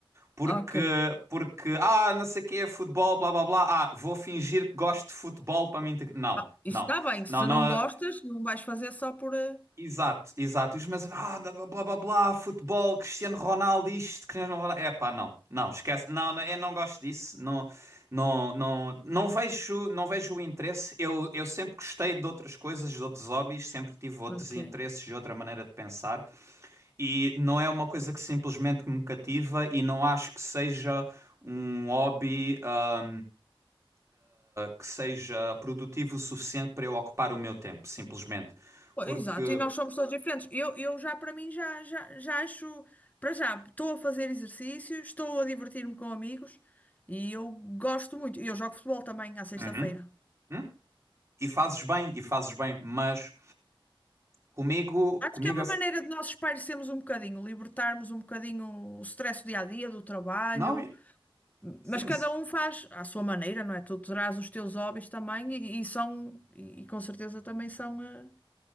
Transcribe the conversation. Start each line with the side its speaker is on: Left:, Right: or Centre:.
Right: Porque,
Left: Ok.
Right: porque, ah, não sei o que é futebol, blá blá blá, ah, vou fingir que gosto de futebol para me integrar. Não,
Left: Ah, isso
Right: não,
Left: está bem. Se
Right: não, não.
Left: não gostas, não vais fazer só por. eh,
Right: Exato, exato. E os meus, ah, blá blá blá, blá futebol, Cristiano Ronaldo, isto, Cristiano Ronaldo. É pá, não, não, esquece, não, não, eu não gosto disso, não, não, não, não vejo, não vejo o interesse. Eu, eu sempre gostei de outras coisas, de outros hobbies, sempre tive outros
Left: Ok.
Right: interesses, de outra maneira de pensar, e não é uma coisa que simplesmente que me cativa e não acho que seja um hobby, ah, que seja produtivo o suficiente para eu ocupar o meu tempo, simplesmente.
Left: Pô,
Right: Porque.
Left: Exato, e nós somos todos diferentes. Eu, eu já, para mim, já, já, já acho. Para já, estou a fazer exercício, estou a divertir-me com amigos e eu gosto muito. E eu jogo futebol também à sexta-feira.
Right: Uhum. hum? E fazes bem, e fazes bem, mas comigo,
Left: Acho
Right: comigo,
Left: que é uma
Right: ass-
Left: maneira de nós espairecermos um bocadinho, libertarmos um bocadinho o stress do dia a dia, do trabalho.
Right: não, e- sim,
Left: Mas cada
Right: sim.
Left: um faz à sua maneira, não é? Tu terás os teus hobbies também e, e são, e, com certeza também são, eh,